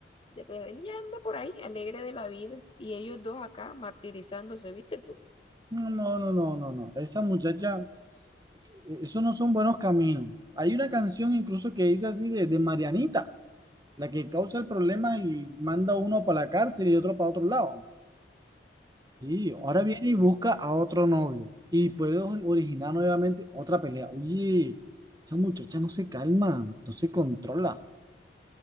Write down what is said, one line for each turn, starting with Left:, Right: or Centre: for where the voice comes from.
Left: De- pero Él ya anda por ahí, alegre de la vida. Y ellos dos acá martirizándose, ¿viste tú?
Right: No, no, no, no, no, no. Esa muchacha, eh, esos no son buenos caminos. Hay una canción incluso que dice así de, de Marianita, la que causa el problema y manda uno para la cárcel y otro para otro lado. Sí, ahora viene y busca a otro novio y puede ori- originar nuevamente otra pelea. Oye, esa muchacha no se calma, no se controla.